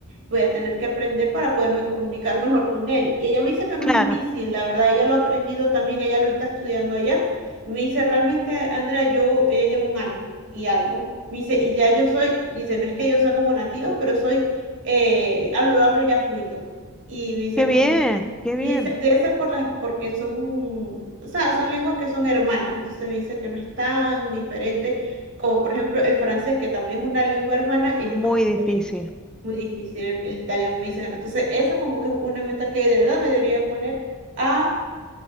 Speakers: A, on the right (about 55°); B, in the centre.
A: voy a tener que aprender para poderme comunicar mejor con él. Y ella me dice que no
B: claro.
A: es difícil, la verdad, ella lo ha aprendido también, ella lo está estudiando allá. Y me dice, realmente, Andrea, yo, ella lleva un año y algo. Me dice, y ya yo soy, dice, no es que yo sea como nativo pero soy, eh, hablo, hablo ya fluido. Y me dice,
B: Qué bien,
A: "Mm".
B: qué
A: y
B: bien.
A: dice, debe ser por las, porque son, o sea, son lenguas que son hermanas, entonces me dice que no es tan diferente como por ejemplo el francés, que también es una lengua hermana, es
B: Muy
A: más
B: difícil.
A: diferente muy difícil el, el italiano, me dice ganar. Entonces, esa como que es una meta que de verdad me debería de poner a,